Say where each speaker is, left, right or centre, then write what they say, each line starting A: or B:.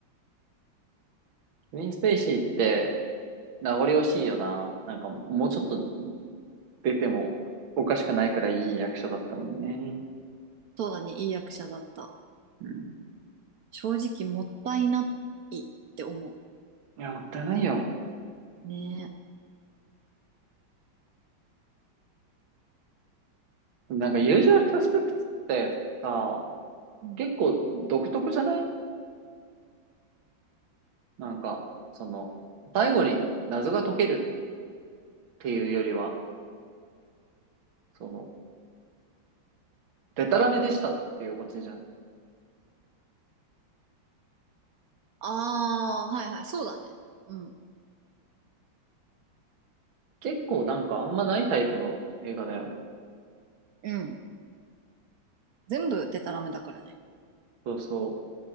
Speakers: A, on the right; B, on the right.
A: ケビン・スペイシーって名残惜しいよな。なんかもうちょっと出てもおかしくないくらいいい役者だったのにね。
B: そうだね。いい役者だった。
A: うん。
B: 正直もったいないって思
A: いや、もったいないよ。
B: う。ね。
A: なんかユージュアルサスペクツってさ、
B: うん。
A: 結構独特じゃないなんか、その、最後に謎が解けるっていうよりは、その、デタラメでしたっていうオチじゃん。
B: ああ、はいはい。そうだね。うん。
A: 結構なんかあんまないタイプの映画だよね。
B: うん。全部デタラメだからね。
A: そうそう。